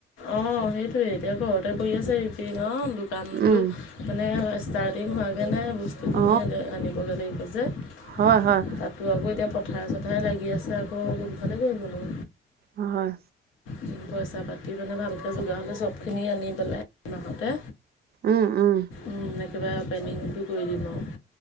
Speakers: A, on the left; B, on the right.
A: অ', সেইটোয়ে এতিয়া ঘৰতে কৰি আছে ৰিপিয়েৰিঙৰ দোকানটো
B: উম
A: মানে ষ্টাৰ্টিং হোৱাগে নাই বস্তু
B: অ
A: খিনি আনি আনিবগে লাগিব যে তাত
B: হয় হয়
A: ল'ৰা বোৰ এতিয়া পথাৰে চথাৰে লাগি আছে আকৌ কোনফালে কৰিবনো।
B: হয়।
A: উম, পইচা পাতি মানে ভালকে যোগাৰ হ'লে চবখিনি আনি পেলাই এমাহতে
B: উম, উম।
A: উম, একেবাৰে অপেনিংটো কৰি দিম আৰু